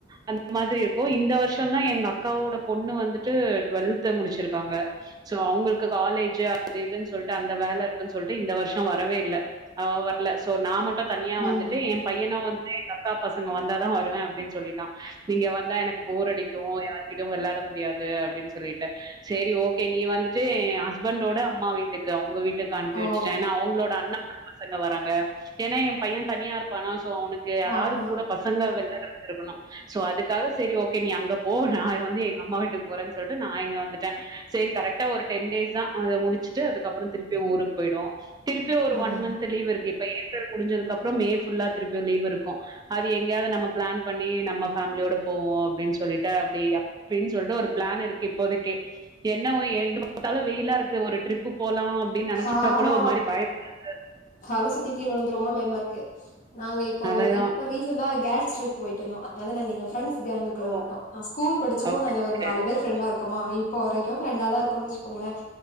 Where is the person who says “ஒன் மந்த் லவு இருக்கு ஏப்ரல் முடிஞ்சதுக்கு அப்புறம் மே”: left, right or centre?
Right